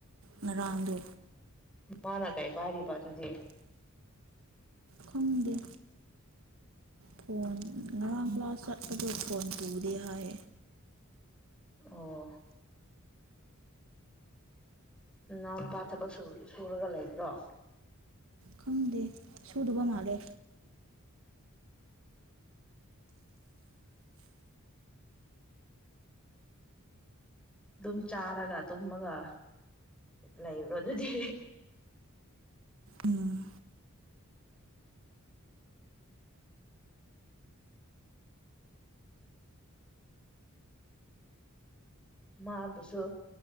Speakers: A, on the right; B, in the centre.
A: ꯉꯔꯥꯡꯗꯣ
B: ꯃꯥꯅ ꯀꯩ ꯄꯥꯏꯔꯤꯕ ꯑꯗꯨꯗꯤ
A: ꯈꯪꯗꯦ ꯐꯣꯟ ꯉꯔꯥꯡ ꯀ꯭ꯂꯥꯁ ꯆꯠꯄꯗ ꯐꯣꯟ ꯇꯗꯦ ꯍꯥꯏ
B: ꯑꯣ ꯎꯅꯥꯎ ꯅꯨꯨꯄꯥ ꯊꯕꯛ ꯁꯨꯔꯒ ꯂꯩꯕ꯭ꯔꯣ
A: ꯈꯪꯗꯦ ꯁꯨꯗꯕ ꯃꯥꯂꯦ
B: ꯑꯗꯨꯝ ꯆꯥꯔꯒ ꯇꯨꯝꯃꯒ ꯂꯩꯕ꯭ꯔꯣ ꯑꯗꯨꯗꯤ
A: ꯎꯝ
B: ꯃꯥꯕꯨꯁꯨ